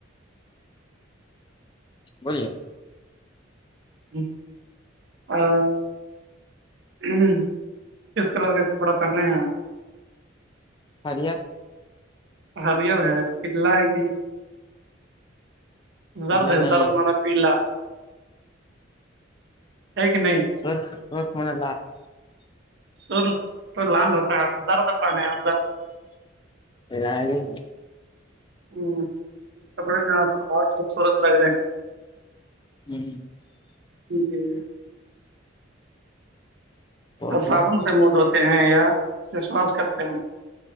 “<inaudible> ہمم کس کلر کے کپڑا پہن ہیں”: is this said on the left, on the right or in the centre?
Right